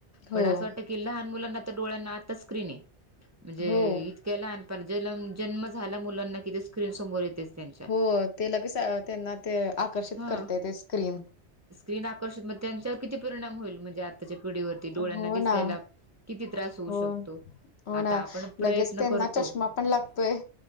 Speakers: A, on the left (about 65°); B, on the right (about 20°).
A: हो
B: पण असं वाटत की लहान मुलांना तर डोळ्यांना आता स्क्रीन आहे म्हणजे
A: हो
B: इतक्या लहान पण जनम जन्म झाला मुलांना कि ते स्क्रीन समोर येतेच. त्यांच्या
A: हो ते लगेच त्यांना ते आकर्षित
B: हा
A: करते ते स्क्रीन.
B: स्क्रीन आकर्षित मग त्यांच्यावर किती परिणाम होईल म्हणजे आ त्याच्या पिढीवरती डोळ्यांना
A: हो
B: दिसायला
A: ना
B: किती त्रास होऊ
A: हो
B: शकतो.
A: हो
B: आता
A: ना
B: आपण प्रयत्न
A: लगेच त्यांना
B: करतो
A: चष्मा पण लागतोय.